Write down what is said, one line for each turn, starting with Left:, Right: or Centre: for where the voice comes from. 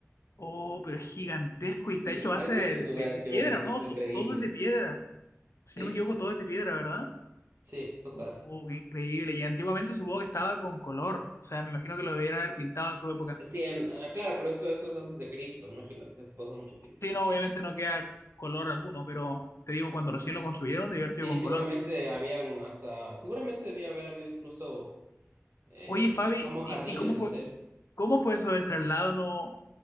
Left: Oh, pero es gigantesco
Right: ¿sí?
Left: y está hecho a
Right: Hay
Left: base
Right: muchos
Left: de,
Right: lugares
Left: de- de
Right: que
Left: piedra,
Right: ver en Egipto
Left: ¿no? To-
Right: increíbles.
Left: todo es de piedra.
Right: Sí,
Left: Si no me equivoco, todo es de piedra, ¿verdad?
Right: sí, total.
Left: Oh, qué increíble. Y antiguamente supongo que estaba con color. O sea, me imagino que lo debieron haber pintado en su época.
Right: Sí, en, ah, claro, pero esto, esto es antes de Cristo, imagínate, eso pasó mucho tiempo.
Left: Sí, no, obviamente no queda color alguno, pero te digo, cuando recién lo construyeron, debió haber sido
Right: Sí,
Left: con
Right: seguramente
Left: color.
Right: habían hasta, seguramente debía haber habido incluso eh,
Left: Oye, Fabi,
Right: como
Left: ¿y,
Right: jardines,
Left: y cómo
Right: ¿viste?
Left: fue, cómo fue eso del traslado? No,